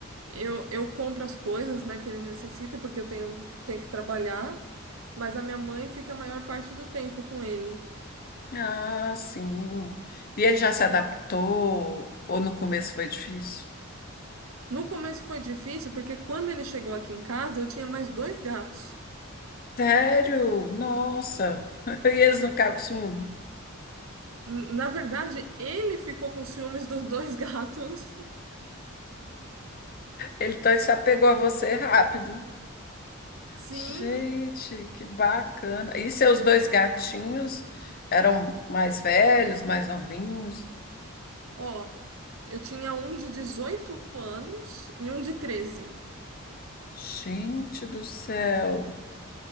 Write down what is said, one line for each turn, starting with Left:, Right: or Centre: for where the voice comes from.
Right: Eu, eu compro as coisas, né, que ele necessita, porque eu tenho, tenho que trabalhar, mas a minha mãe fica a maior parte do tempo com ele.
Left: Ah, sim. E ele já se adaptou? Ou no começo foi difícil?
Right: No começo foi difícil, porque quando ele chegou aqui em casa, eu tinha mais dois gatos.
Left: Sério? Nossa. <laughs> E eles não ficaram com ciúme?
Right: N- Na verdade, ele ficou com ciúmes dos dois <laughs> gatos.
Left: Ele tá- se apegou a você rápido.
Right: Sim,
Left: Gente, que bacana. E seus dois gatinhos eram mais velhos, mais novinhos?
Right: ó, eu tinha um de 18 anos e um de treze
Left: Gente do céu.